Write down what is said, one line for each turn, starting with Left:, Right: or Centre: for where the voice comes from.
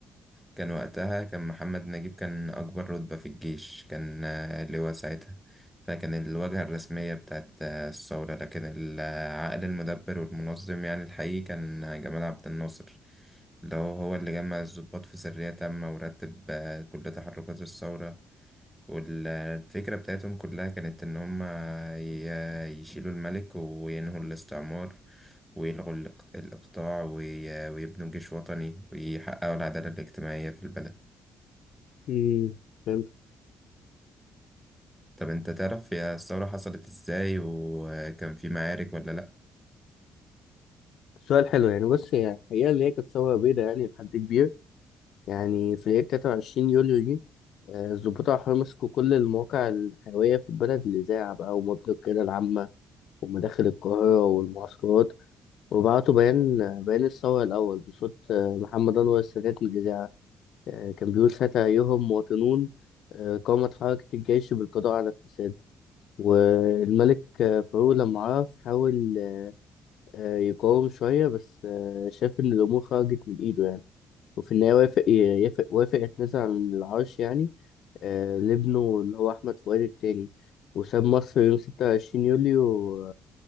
Centre: كان وقتها كان محمد نجيب كان أكبر رتبة في الجيش كان آه، لواء ساعتها فكان الواجهة الرسمية بتاعت آه، الثورة لكن العقل المدبر والمنظم يعني الحقيقي كان جمال عبد الناصر اللي هو هو اللي جمع الضباط في سرية تامة ورتب آه، كل تحركات الثورة والفكرة بتاعتهم كلها كانت إن هما ي- يشيلوا الملك وينهوا الاستعمار ويلغوا الإق- الإقطاع وي- ويبنوا جيش وطني ويحققوا العدالة الاجتماعية في البلد
Left: امم فهمت
Centre: طب أنت تعرف يا الثورة حصلت إزاي وكان في معارك ولا لأ؟
Left: سؤال حلو يعني بص هي الحقيقة اللي هي كانت ثورة بيضاء يعني لحد كبير يعني في ليلة 23 يوليو دي آه، الضباط الأحرار مسكوا كل المواقع الحيوية في البلد الإذاعة بقى ومبنى القيادة العامة ومداخل القاهرة والمعسكرات وبعتوا بيان بيان الثورة الأول بصوت آه، محمد أنور السادات من الإذاعة آه، كان بيقول ساعتها أيها المواطنون آه، قامت حركة الجيش بالقضاء على الفساد والملك آه، فاروق لما عرف حاول آه، يقاوم شوية بس آه، شاف إن الأمور خرجت من إيده يعني وفي النهاية وافق يافق- وافق يتنازل عن العرش يعني آه، لابنه اللي هو أحمد فؤاد التاني وساب مصر يوم ستة وعشرين يوليو